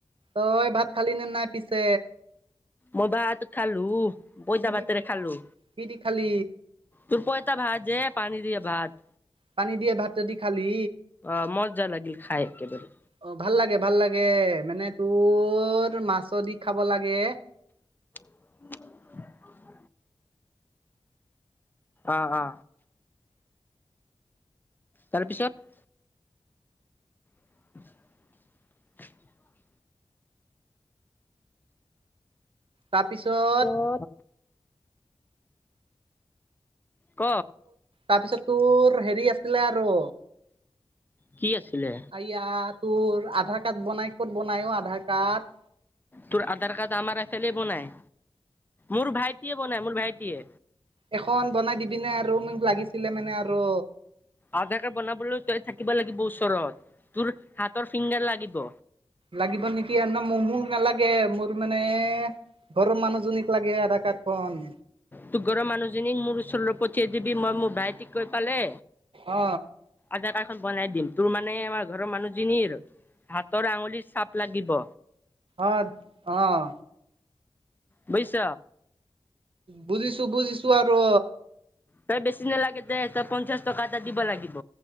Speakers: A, on the right; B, on the left.
A: অ ভাত খালি নে নাই পিছে?
B: মই ভাত খালো পইতা
A: কি দি
B: ভাতেৰে খালো।
A: কি দি খালি?
B: তোৰ পইতা ভাত যে পানী দিয়ে ভাত।
A: পানী দিয়ে ভাতেদি খালি।
B: অ মজা লাগিল খাই একেবাৰে।
A: অ ভাল লাগে ভাল লাগে মানে তোৰ মাছৰ দি খাব লাগে।
B: <inaudible> অ অ। তাৰপিছত <unintelligible>
A: তাৰপিছত
B: অ ক
A: তাৰপিছত তোৰ হেৰি আছিলে আৰু
B: কি আছিলে?
A: আয়া তোৰ আধাৰ কাৰ্ড বনাই ক'ত বনায়ো আধাৰ কাৰ্ড?
B: তোৰ আধাৰ কাৰ্ড আমাৰ এফেলে বনাই মোৰ ভাইটিয়ে বনাই মোৰ ভাইটিয়ে।
A: এখন বনাই দিবিনে আৰু মোক লাগিছিলে মানে আৰু।
B: আধাৰ কাৰ্ড বনাবলৈ তই থাকিব লাগিব ওচৰত তোৰ হাতৰ ফিংগাৰ লাগিব।
A: লাগিব নেকি মোৰ মোক নালাগে মোৰ মানে ঘৰৰ মানুহজনীক লাগে আধাৰ কাৰ্ড খন।
B: তোৰ ঘৰৰ মানুহজনীক মোৰ ওচৰলৈ পঠিয়াই দিবি মই মোৰ ভাইটিক কৈ পালে
A: অ।
B: আধাৰ কাৰ্ড খন বনাই দিম তোৰ মানে আমাৰ ঘৰৰ মানুহজনিৰ হাতৰ আঙুলিৰ চাপ লাগিব।
A: অ অ।
B: বুজিছ।
A: বুজিছো বুজিছো আৰু।
B: তই বেছি নালাগে দে তই পঞ্চাশ টকা এটা দিব লাগিব